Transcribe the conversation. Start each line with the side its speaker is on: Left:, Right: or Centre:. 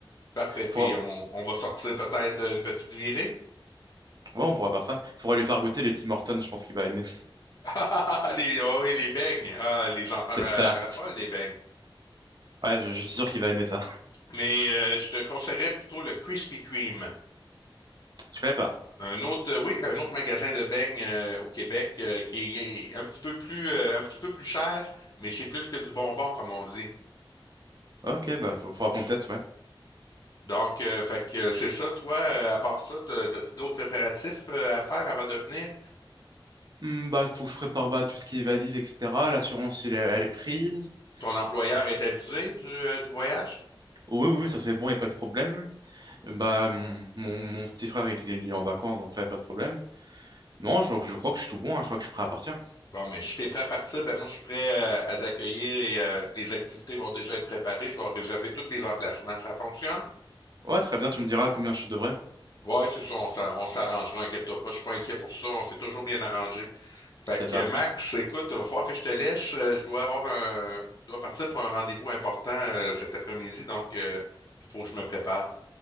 Left: Parfait. Puis
Right: Faudra-
Left: on, on va sortir peut-être une petite virée. <laughs>
Right: Ouais, on pourra faire ça. Faudra lui faire goûter les Tim Hortons, je pense qu'il va aimer.
Left: Ah, les, oh, et les beignes. Ah, les enfants ra-
Right: C'est ça.
Left: raffolent des beignes.
Right: Ouais, je, je suis sûr qu'il va aimer ça.
Left: Mais euh, je te conseillerais plutôt le Krispy Kreme.
Right: <laughs> Je connais pas.
Left: Un autre, euh, oui, un autre magasin de beignes euh, au Québec euh, qui est un petit peu plus, euh, un petit peu plus cher, mais c'est plus que du bonbon, comme on dit.
Right: Ok, bah, faut, faudra qu'on teste, ouais.
Left: Donc, euh, fait que euh, c'est ça, toi, euh, à part ça, t'as- t'as-tu d'autres préparatifs euh, à faire avant de venir?
Right: Hmm, bah, faut que je prépare, bah, tout ce qui est valise, etc. L'assurance, il est- elle est prise.
Left: Ton employeur
Right: Je crois.
Left: est avisé du, euh, du voyage?
Right: Oui, oui, ça c'est bon, il n'y a pas de problème. Bah, mon, mon, mon petit frère, il, il est en vacances, donc ça y a pas de problème. Non, je, je crois que je suis tout bon, hein, je crois que je suis prêt à partir.
Left: Bon, mais si t'es prêt à partir, ben moi je suis prêt euh, à t'accueillir et euh, les activités vont déjà être préparées. Je vais réserver tous les emplacements. Ça fonctionne?
Right: Ouais, très bien, tu me diras combien je devrais.
Left: Ouais, c'est ça, on s'ar- on s'arrangera, inquiète-toi pas, je suis pas inquiet pour ça, on s'est toujours bien arrangé. Fait
Right: C'est
Left: que
Right: ça.
Left: euh, Max, écoute, va falloir que je te laisse. euh, Je dois avoir un je dois partir pour un rendez-vous important euh, cet après-midi, donc il faut que je me prépare.